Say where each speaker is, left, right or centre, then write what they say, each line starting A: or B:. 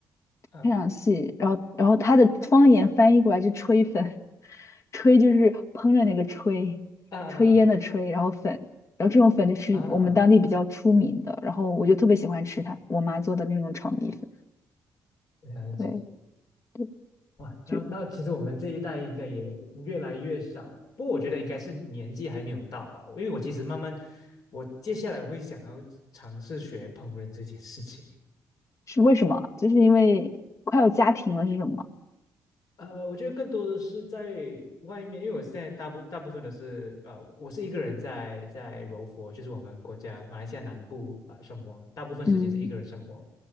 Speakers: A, on the left; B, on the left.
A: 啊
B: 非常细，然后然后它的方言翻译过来就“吹粉，<laughs> 吹就是烹饪那个吹，
A: 啊啊
B: 炊烟的炊，然后粉，然后这种粉就是我们当地比较出名的，
A: 啊！
B: 然后我就特别喜欢吃它，我妈做的那种炒米粉，
A: 了解。
B: 对对，
A: 哇，
B: 就
A: 那那其实我们这一代应该也越来越少，不过我觉得应该是年纪还没有到吧，因为我其实慢慢，我接下来会想要尝试学烹饪这件事情。
B: 是为什么啊就是因为快要家庭了，是什么？
A: 呃，我觉得更多的是在外面，因为我现在大部大部分都是呃，我是一个人在在柔佛，就是我们国家马来西亚南部啊、呃生活，大部分时间是一个人生活，
B: 嗯，